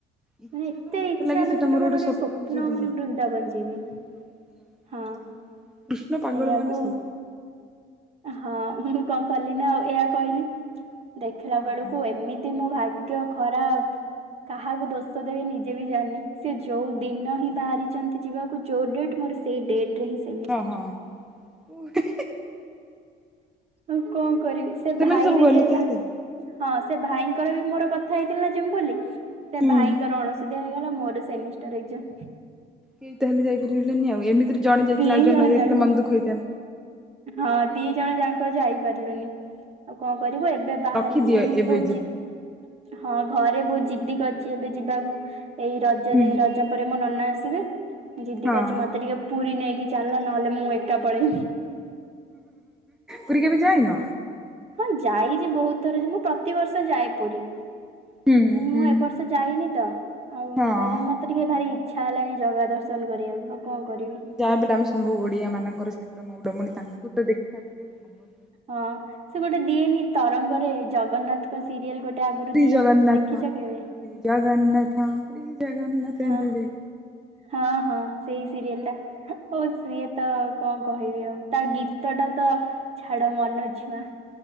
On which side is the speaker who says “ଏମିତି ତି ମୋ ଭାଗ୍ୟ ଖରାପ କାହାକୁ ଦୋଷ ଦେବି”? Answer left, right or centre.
Right